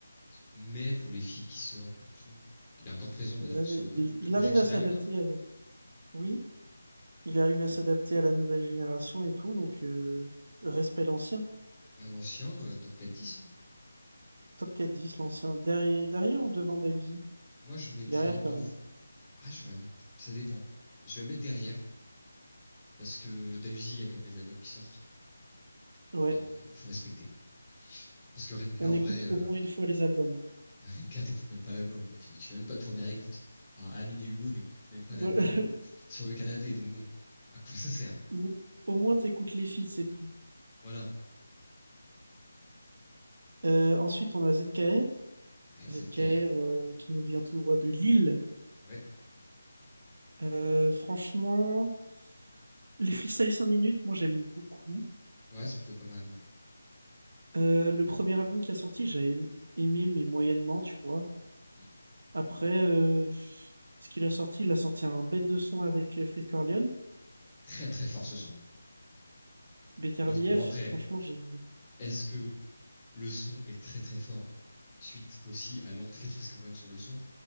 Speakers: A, on the left (about 20°); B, on the right (about 55°).
A: mais pour les feats qui sortent, pour tout, il est encore présent bah,
B: Ouais,
A: sur
B: il,
A: le, le
B: il
A: projet
B: arrive
A: de Sol
B: à s'adapter
A: Lune, hein.
B: avec. Oui, il arrive à s'adapter à la nouvelle génération et tout, donc euh, respect l'ancien.
A: Bah, l'ancien euh, Top 4 10. hein.
B: Top 4-10, l'ancien. Derrière, derrière ou devant Dahuzi?
A: Moi, je mettrais
B: Derrière
A: deux.
B: quand même.
A: Ah, j'aurais. Ça dépend. Je vais mettre derrière. parce que Dahuzi, il y a quand même des albums qui sortent
B: Ouais,
A: et on faut respecter. Parce que Rimka,
B: on
A: en
B: écoute
A: vrai, euh,
B: au moins une fois les albums.
A: <laughs> Rimka, t'écoutes même pas l'album, quoi. Tu, tu fais même pas de première écoute. Enfin, Amine et Hugo n'écoutent même pas
B: Ou,
A: l'album
B: <laughs>
A: <laughs> sur le canapé, donc bon, à quoi ça sert?
B: ou au moins t'écoutes les feats, c'est tout.
A: Voilà.
B: Euh, ensuite, on a ZKR.
A: Allez,
B: ZKR
A: cette care.
B: euh, qui nous vient tout droit de Lille.
A: Ouais,
B: Euh, franchement, les freestyles 5 minutes, moi j'aime beaucoup.
A: ouais, c'est plutôt pas mal, ouais.
B: Euh, le premier album qui a sorti, j'ai aimé, mais moyennement, tu vois.
A: Mm.
B: Après, euh, pff, ce qu'il a sorti, il a sorti un bête de son avec euh, Frisk Orleans,
A: Très très fort ce son. hein.
B: BTRBF,
A: Notre- Bon après,
B: franchement, j'ai-
A: est-ce que le son est très très fort suite aussi à l'entrée de Frisk Orleans sur le son?